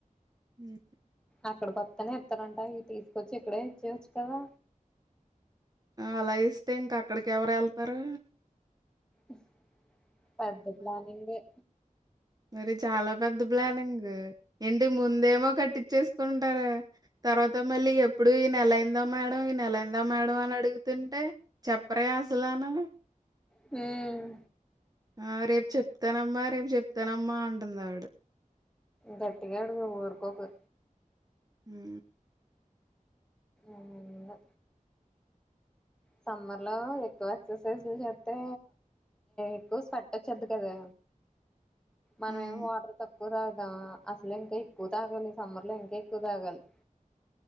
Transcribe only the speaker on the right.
హ్మ్.
ఆ అలా ఇస్తే ఇంకా అక్కడికి ఎవరు వెళ్తారు
మరి చాలా పెద్ద ప్లానింగ్ ఇంటి ముందేమో కట్టిచ్చేసుకుంటారు తర్వాత మళ్ళీ ఎప్పుడు ఈ నెల అయిందా మేడం ఈ నెల అయిందా మేడం అని అడుగుతుంటే చెప్పారుగా అసలను
ఆ రేపు చెప్తానమ్మా రేపు చెప్తానమ్మా అంటుంది ఆవిడ
హ్మ
హ్మ్.